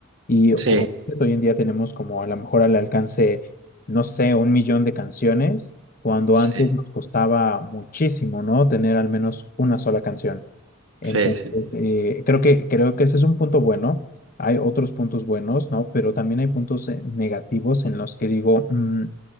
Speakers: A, on the left (about 45°); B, on the right (about 70°).
A: y
B: Sí,
A: como dices, hoy en día tenemos como a lo mejor al alcance, no sé, un millón de canciones, cuando
B: sí,
A: antes nos costaba muchísimo, ¿no? Tener al menos una sola canción. Entonces,
B: sí, sí,
A: eh, creo que, creo que ese es un punto bueno. Hay otros puntos buenos, ¿no? Pero también hay puntos eh, negativos en los que digo, "Mm,